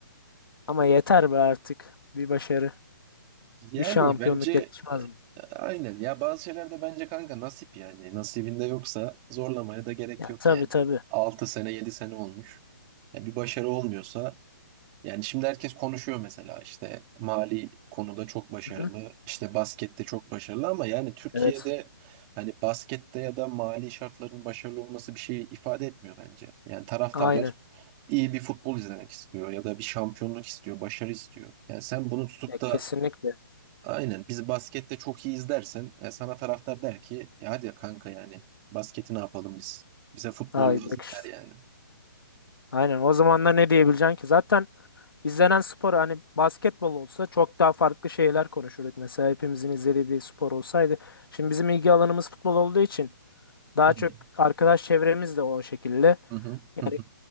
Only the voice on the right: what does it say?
Yani
bence
e, aynen ya bazı şeylerde bence kanka nasip yani nasibinde yoksa zorlamaya da gerek
yok
yani.
altı sene 7 sene olmuş. Ya bir başarı olmuyorsa yani şimdi herkes konuşuyor mesela işte mali konuda çok başarılı
işte baskette çok başarılı ama yani Türkiye'de
hani baskette ya da mali şartların başarılı olması bir şey ifade etmiyor bence. Yani taraftarlar
iyi bir futbol izlemek istiyor ya da bir şampiyonluk istiyor, başarı istiyor. Yani sen bunu tutup
da Aynen. Biz baskette çok iyiyiz dersen e, sana taraftar der ki "E hadi kanka yani basketi ne yapalım biz? Bize futbol
lazım
der yani.
Aynen.
Hı hı.
Hı hı.